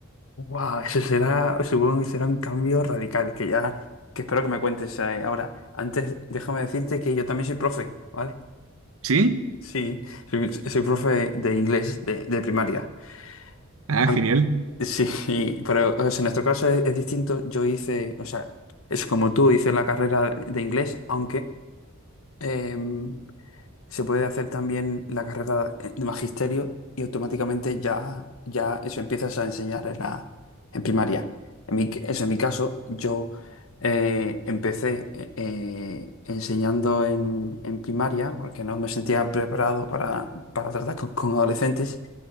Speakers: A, on the left; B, on the right.
A: Wow, eso será, supongo que será un cambio radical, que ya, que espero que me cuentes eh, ahora. Antes, déjame decirte que yo también soy profe, ¿vale?
B: ¿Sí?
A: Sí, soy, soy profe de inglés de, de primaria.
B: Ah,
A: An-
B: genial.
A: <laughs> Sí, y- pero o sea, en nuestro caso es, es distinto. Yo hice, o sea, es como tú, hice la carrera de inglés, aunque, em, se puede hacer también la carrera eh, de magisterio y automáticamente ya, ya eso empiezas a enseñar en la, en primaria. En mi, eso en mi caso, yo eh, empecé eh, eh, enseñando en, en primaria porque no me sentía preparado para, para tratar con, con adolescentes.